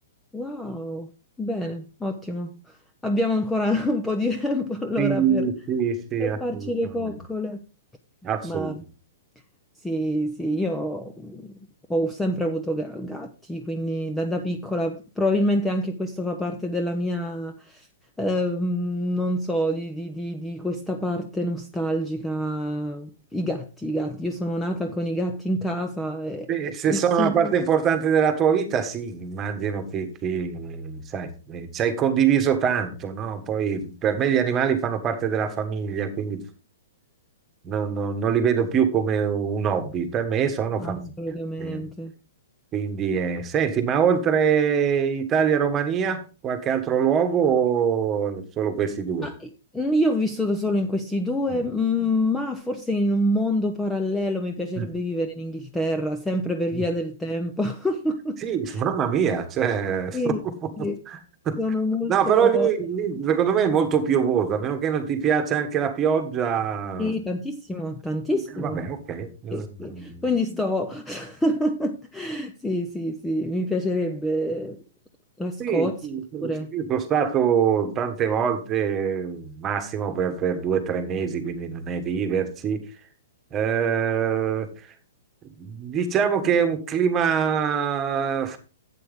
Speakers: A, in the centre; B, on the right (about 20°).
A: Wow, bene, ottimo. Abbiamo ancora <laughs> un po' di tempo allora
B: sì,
A: per,
B: sì, sì,
A: per
B: assolutamente.
A: farci le coccole.
B: assolutamente.
A: Ma sì, sì, io mh, ho sempre avuto ga- gatti, quindi da, da piccola probabilmente anche questo fa parte della mia, ehm, non so, di, di- di- di questa parte nostalgica. I gatti, i gatti. Io sono nata con i gatti in casa e,
B: Se
A: e
B: se
A: li
B: sono
A: ho sempre...
B: una parte importante della tua vita, sì, immagino che, che, sai, eh, ci hai condiviso tanto, no? Poi per me gli animali fanno parte della famiglia, quindi non, non- non li vedo più come un hobby, per me sono
A: Assolutamente.
B: famiglia. Eh, Quindi, eh, senti, ma oltre Italia e Romania, qualche altro luogo o solo questi due?
A: Ah, Io ho vissuto solo in questi due,
B: Mm.
A: mm, ma forse in un mondo parallelo mi piacerebbe
B: Mm.
A: vivere in Inghilterra, sempre per
B: Mm.
A: via del tempo. <laughs>
B: Sì, mamma mia, cioè... <laughs>
A: Sì, sì, Sono molto...
B: No, però lì, lì, secondo me è molto piovoso, a meno che non ti piace anche la pioggia.
A: Sì, tantissimo, tantissimo.
B: Eh, Vabbè, ok. Mm.
A: Sì, sì. Quindi sto... <laughs> Sì, sì, sì, mi piacerebbe la Scozia
B: Sì, sì, sì,
A: pure.
B: sì, sono stato tante volte, massimo per, per due o tre mesi, quindi non è viverci. Eh, diciamo che è un clima